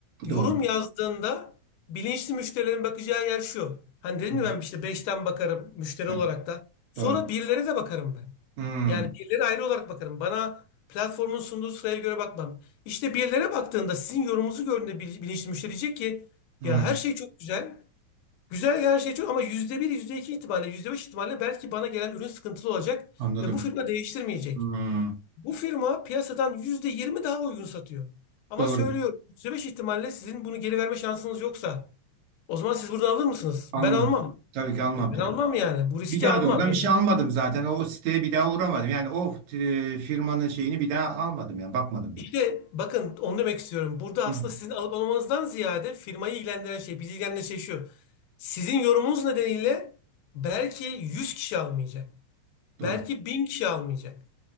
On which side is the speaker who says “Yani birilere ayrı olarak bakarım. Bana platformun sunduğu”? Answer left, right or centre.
Left